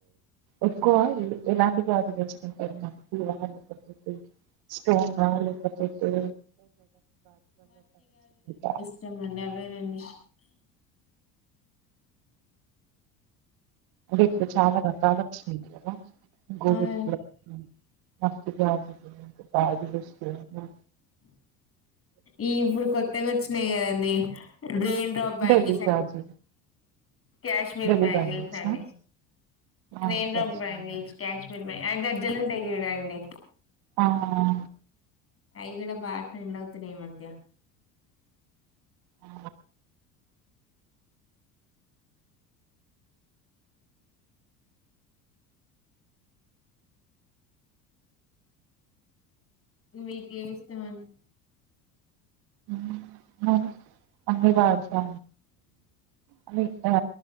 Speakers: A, on the right (about 50°); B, on the left (about 25°).
A: ఎక్కువ ఎలా ఎలాంటి గాజూలెసుకుంటారు మట్టివా లేకపోతే స్టోన్వా లేకపోతె <unintelligible>
B: ఇష్టమండి అవేనండి
A: అంటే ఇప్పుడు చాలా రకాలు వచ్చినై కదా గోవెజ్
B: అవును
A: గాజులు మట్టి గాజులు గాజులెసుకుంటే
B: ఈ ఇప్పుడు కొత్తగా వచ్చినాయి కదండి రెయిన్ డ్రాప్ బ్యాంగిల్స్
A: ఢిల్లీ
B: అని
A: గాజు
B: కశ్మీర్
A: ఢిల్లీ
B: బ్యాంగల్స్
A: బంగిల్సా
B: అండి
A: ఆ
B: రైన్ డ్రాప్
A: గాజులు
B: బ్యాంగల్స్ కశ్మి శ్మిమీర్ బ్యాంగి ఆ గజ్జెలంటయి చూడండి
A: ఆ అవునా
B: అయి గూడా బా ట్రేండ్ అవుతున్నాయి ఈ మధ్య
A: ఆ
B: మి కేమిస్టమండి
A: అ మరి అన్ని వాడతా అండి <unintelligible> ఆ